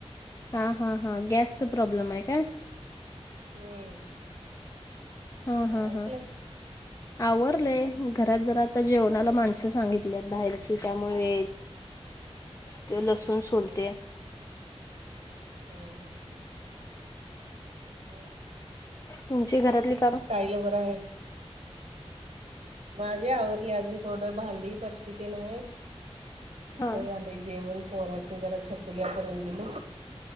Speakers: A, on the left (about 30°); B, on the right (about 80°).
A: हा हा हा गॅसच प्रॉब्लेम आहे काय.
B: हम्म.
A: हा हा
B: आवरलं
A: हा. आवरलंय घरात जरा आता जेवनाला माणसं सांगितली आहेत बाहेरची त्यामुळे. ते लसूण
B: हम्म
A: सोलते.
B: हम् हम.
A: तुमची घरातली काम.
B: आईला बरं आहे. माझे आवरली अजून थोडं भांडी परशी तेन आहे आता
A: हा
B: झाले. जेवण पोरासनी जरा छकुल्या करून दिलो.